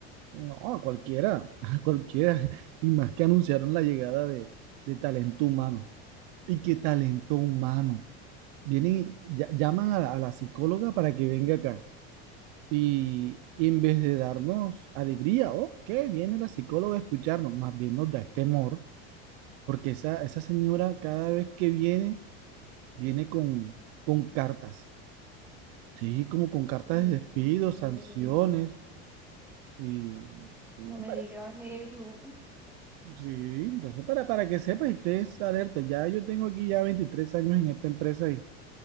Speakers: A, on the right; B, in the centre.
A: No, a cualquiera, <laughs> a cualquiera. Y más que anunciaron la llegada de, de talento humano. ¿Y qué talento humano? Vienen, y ll- llaman a, la a la psicóloga para que venga acá. Y, y en vez de darnos alegría, oh, ¿qué? Viene la psicóloga a escucharnos, más bien nos da este temor, porque esa, esa señora cada vez que viene, viene con, con cartas. Sí, como con cartas
B: Ay,
A: de despido,
B: no,
A: sanciones Y no
B: no
A: me
B: me
A: parece.
B: digas eso.
A: Sí, entonces para, para que sepa y estés alerta, ya yo tengo aquí ya 23 años en esta empresa y,